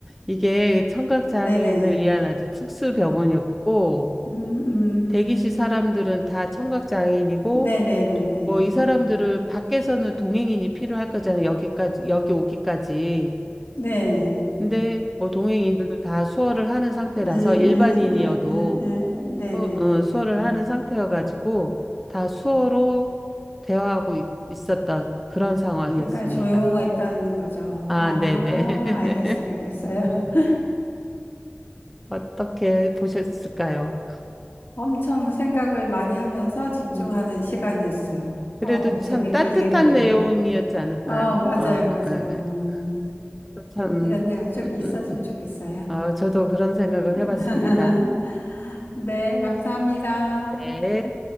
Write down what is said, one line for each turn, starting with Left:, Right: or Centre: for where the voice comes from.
Centre: 이게 청각장애인을
Left: 네네.
Centre: 위한 아주 특수 병원이었고,
Left: 음, 음,
Centre: 대기실 사람들은 다 청각장애인이고,
Left: 네네네네.
Centre: 뭐 이 사람들을 밖에서는 동행인이 필요할 거잖아요. 여기까지, 여기 오기까지.
Left: 네.
Centre: 근데 뭐 동행인들도 다 수어를 하는 상태라서
Left: 음, 음,
Centre: 일반인이어도
Left: 음, 음, 음. 네네네네.
Centre: 어, 어, 수어를 하는 상태여가지고 다 수어로 대화하고 있, 있었던 그런 상황이었습니다.
Left: 그러니까 조용했다는 거죠.
Centre: 아,
Left: 아,
Centre: 네네. <laughs>
Left: 알겠어요, 알겠어요. <laughs>
Centre: 어떻게 보셨을까요?
Left: 엄청 생각을 많이 하면서 집중하는
Centre: 음.
Left: 시간이었어요.
Centre: 그래도
Left: 어, 재밌기도
Centre: 참 따뜻한
Left: 했고요.
Centre: 내용이었지 않을까요?
Left: 어, 맞아요,
Centre: 아,
Left: 맞아요.
Centre: 예, 예.
Left: 음,
Centre: 저도 참,
Left: 이런 데가 쭉
Centre: 음,
Left: 있었으면
Centre: 음,
Left: 좋겠어요.
Centre: 어, 저도 그런 생각을
Left: <laughs>
Centre: 해봤습니다.
Left: 네, 감사합니다.
Centre: 네.